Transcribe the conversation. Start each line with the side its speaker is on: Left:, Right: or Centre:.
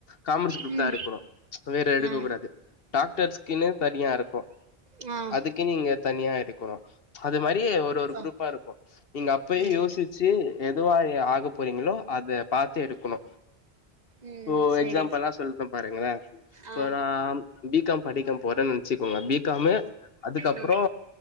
Left: காமர்ஸு க்ரூப்
Right: ம்
Left: தா எடுக்கணு வேற எடுக்க
Right: ஆ
Left: கூடாது டாக்டர்ஸ்க்குன்னு தனியா இருக்கு
Right: ஆ
Left: அதுக்கு நீங்க தனியா எடுக்கணு அது மாரி ஒரு ஒரு
Right: ஆ
Left: க்ரூப்பா
Right: ம்
Left: இருக்கு நீங்க அப்பயே
Right: ம்
Left: யோசி ச்சு எதுவா அ ஆக போறீங்களோ அத பாத்து எடுக்கணு
Right: ம்
Left: போ
Right: சரி
Left: எக்ஸாம்பிளா சொல்ற பாருங்களே
Right: ஆ
Left: பறம் பி காம் படிக்கம் போறன் நென்ச்சுக்கோங்க பி காமு அதுக்கப்றோ
Right: ம்